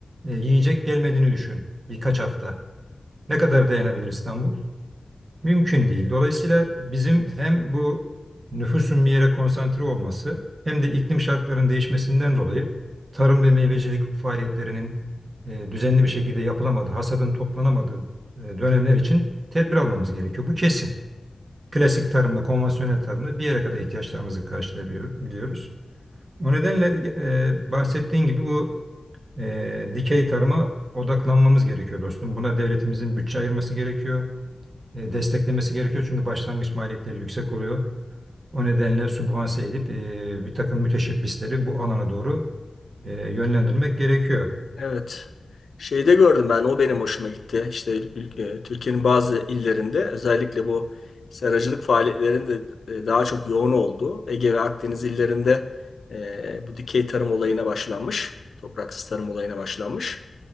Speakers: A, on the right; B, on the left.
A: e, yiyecek gelmediğini düşün birkaç hafta. Ne kadar dayanabilir İstanbul? Mümkün değil. Dolayısıyla bizim hem bu nüfusun bir yere konsantre olması hem de iklim şartlarının değişmesinden dolayı tarım ve meyvecilik faaliyetlerinin e, düzenli bir şekilde yapılamadığı, hasadın toplanamadığı e, dönemler için tedbir almamız gerekiyor. Bu kesin. Klasik tarımla, konvansiyonel tarımla bir yere kadar ihtiyaçlarımızı karşılayabiliyoruz. O nedenle e, bahsettiğin gibi bu e, dikey tarıma odaklanmamız gerekiyor dostum. Buna devletimizin bütçe ayırması gerekiyor e, desteklemesi gerekiyor. Çünkü başlangıç maliyetleri yüksek oluyor. O nedenle sübvanse edip e, bir takım müteşebbisleri bu alana doğru e, yönlendirmek gerekiyor.
B: Evet. Şeyde gördüm ben. O benim hoşuma gitti. İşte ül- e, Türkiye'nin bazı illerinde özellikle bu seracılık faaliyetlerinin de e, daha çok yoğun olduğu Ege ve Akdeniz illerinde e, bu dikey tarım olayına başlanmış. Topraksız tarım olayına başlanmış.